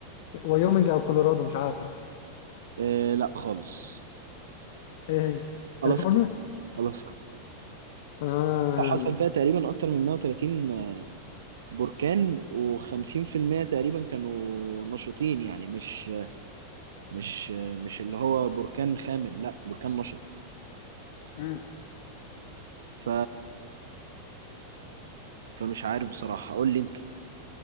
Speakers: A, on the left; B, on the right.
A: ويومنج او كولورادو مش عارف
B: آه لا خالص
A: ايه هي كاليفورنيا
B: الاسكا الاسكا
A: آه.
B: حصل فيها تقريبا اكتر من 130 بركان و50% تقريبا كانوا نشطين يعني مش مش مش اللي هو بركان خامل لا بركان نشط
A: مم.
B: ف فمش عارف بصراحة قول لي انت